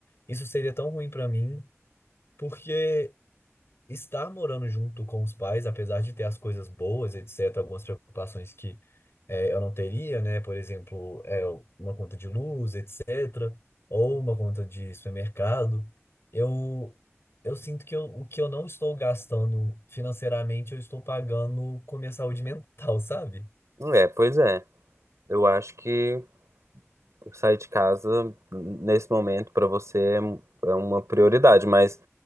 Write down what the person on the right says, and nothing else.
É, pois é. Eu acho que sair de casa nesse momento pra você é um, é uma prioridade, mas